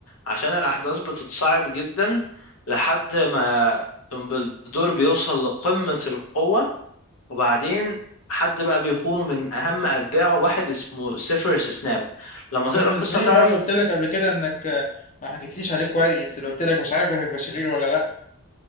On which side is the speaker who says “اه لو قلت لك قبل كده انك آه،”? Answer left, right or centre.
Left